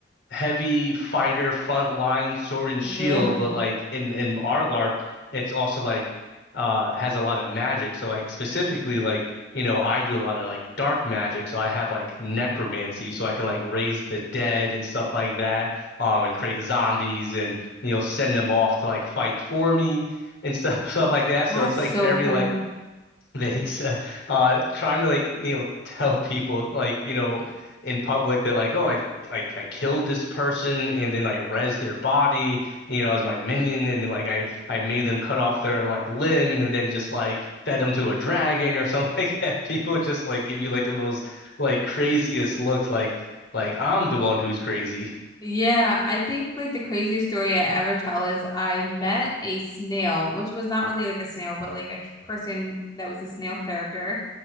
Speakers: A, on the left (about 65°); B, on the left (about 20°).
A: heavy fighter front line sword and
B: Really?
A: shield, but like in in our LARP, it's also like uh has a lot of magic. So like specifically like you know I do a lot of like dark magic, so I have like necromancy, so I can like raise the dead and stuff like that, um and create zombies and you know send them off to like fight for me and stuff <laughs> stuff like that.
B: That's
A: So it's
B: so
A: like very
B: cool.
A: like Thanks. Uh, uh, trying to like, you know, tell people like, you know, in public that like, oh, I, I, I killed this person and then I res their body, you know, as my minion, and then like I, I made them cut off their like limb and then just like fed them to a dragon or something <laughs> like that. People just like give you like the most like craziest looks, like, like I'm the one who's crazy.
B: Yeah, I think like the craziest story I ever tell is I met a snail, which was not really like a snail, but like a c- person that was a snail character,